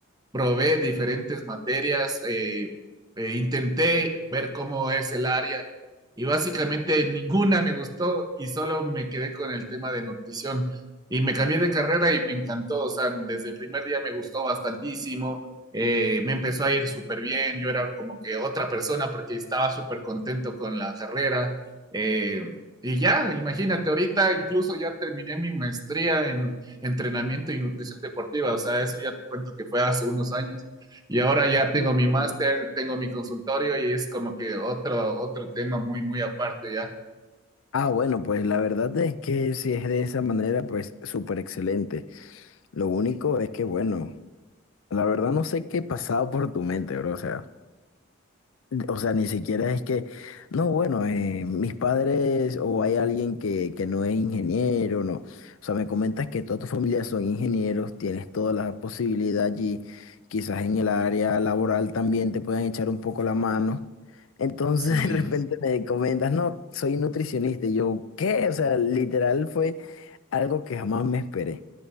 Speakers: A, on the right; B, on the left.
A: probé diferentes materias, eh, eh, intenté ver cómo es el área y básicamente ninguna me gustó y solo me quedé con el tema de nutrición y me cambié de carrera y me encantó, o sea, desde el primer día me gustó bastantísimo, eh, me empezó a ir súper bien, yo era como que otra persona porque estaba súper contento con la carrera. eh, y ya, imagínate, ahorita incluso ya terminé mi maestría en entrenamiento y nutrición deportiva, o sea, eso ya te cuento que fue hace unos años. Y ahora ya
B: Sí,
A: tengo mi máster,
B: sí.
A: tengo mi consultorio y es como que otro, otro tema muy, muy aparte ya.
B: Ah, bueno, pues la verdad es que si es de esa manera, pues súper excelente. Lo único es que, bueno, la verdad no sé qué pasaba por tu mente, bro. O sea, o sea, ni siquiera es que, no, bueno, eh, mis padres o hay alguien que, que no es ingeniero, no. O sea, me comentas que toda tu familia son ingenieros, tienes toda la posibilidad allí, quizás en el área laboral también te puedan echar un poco la mano. Entonces
A: Sí,
B: <laughs> de repente me comentas, no, soy nutricionista. Y yo, ¿qué? O sea, literal fue algo que jamás me esperé.